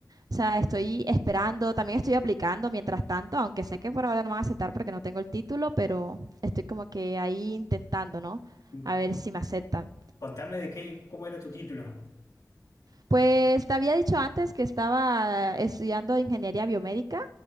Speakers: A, on the right; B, on the left.
A: O sea, estoy esperando, también estoy aplicando mientras tanto, aunque sé que por ahora no me van a aceptar porque no tengo el título, pero estoy como que ahí intentando, ¿no?
B: Mm,
A: A ver si me aceptan.
B: Contame de qué, cómo era tu título.
A: Pues te había dicho antes que estaba estudiando ingeniería biomédica